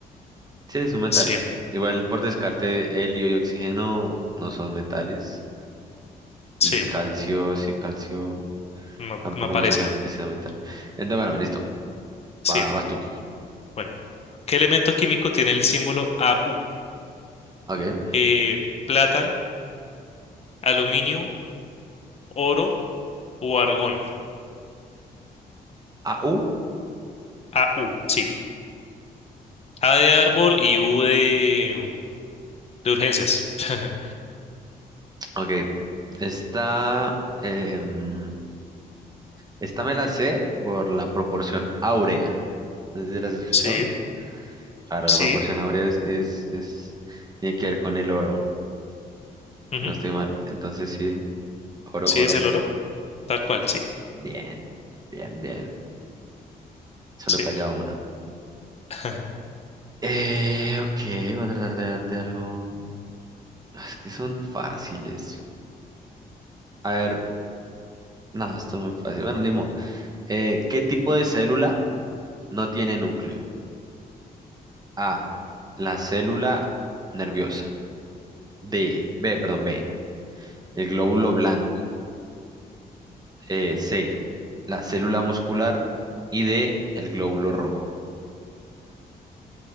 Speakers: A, on the right; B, on the left.
A: Sí, es un metal.
B: sí.
A: Igual por descarte, helio y oxígeno no son metales. Y
B: Sí,
A: calcio, sí, calcio
B: no,
A: tampoco
B: no parece.
A: me suena que sea metal. Entonces, bueno, listo.
B: Sí,
A: Va, vas tú.
B: bueno. ¿Qué elemento químico tiene el símbolo AU?
A: Ok.
B: Eh, plata, aluminio, oro o argón.
A: Ah, uh,
B: AU, sí. A de árbol y U de, de urgencias. <laughs>
A: ok. Esta, em, esta me la sé por la proporción áurea. ¿No sé si las has escuchado?
B: Sí,
A: Claro,
B: sí.
A: la proporción áurea es, es, es- tiene que ver con el oro.
B: ujú,
A: si no estoy mal. Entonces sí, oro,
B: Sí,
A: oro.
B: es el oro. Tal cual, sí.
A: Bien, bien, bien. Solo
B: Sí.
A: falla una.
B: <laughs>
A: Eh, ok, voy a tratar de darte algo. Ah, Es que son fáciles. A ver, no, esto es muy fácil. Bueno, ni modo. Eh, ¿qué tipo de célula no tiene núcleo? A, la célula nerviosa. D, B, perdón, B, el glóbulo blanco. Eh, C, la célula muscular. Y D, el glóbulo rojo.